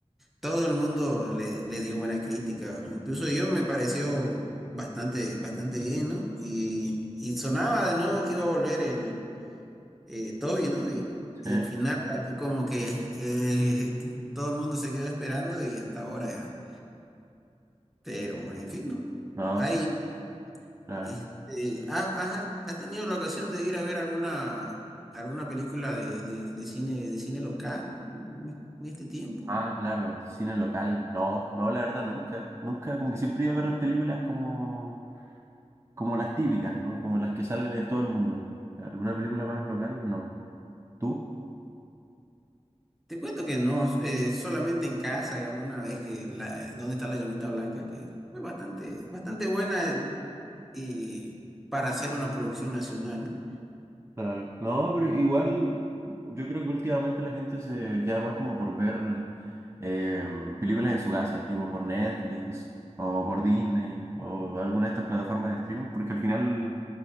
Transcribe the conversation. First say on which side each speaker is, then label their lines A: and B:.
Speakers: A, in the centre; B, on the right.
A: Todo el mundo le, le dio buena crítica, incluso yo me pareció bastante, bastante bien, ¿no? Y, y sonaba de nuevo que iba a volver el eh, Toby, ¿no? Y, y
B: sí,
A: al final que como que eh, que todo el mundo se quedó esperando y hasta ahora, pero en fin, ¿no?
B: no,
A: Hay,
B: sí, claro.
A: este, ¿has, has- has tenido la ocasión de ir a ver alguna, alguna película de, de- de cine, de cine local en este tiempo?
B: Ah, claro, cine local, no, no, la verdad nunca, nunca, como que siempre iba a ver las películas como, como las típicas, ¿no? Como las que salen en todo el mundo. ¿Alguna película más local? No. ¿Tú?
A: Te cuento que no, eh, solamente en casa, digamos, una vez que la, donde está la llamita blanca, que fue bastante, bastante buena eh, y para hacer una producción nacional, ¿no?
B: Claro. No, pero igual yo creo que últimamente la gente se queda más como por ver eh, películas en su casa, tipo por Netflix o por Disney o alguna de estas plataformas de streaming, porque al final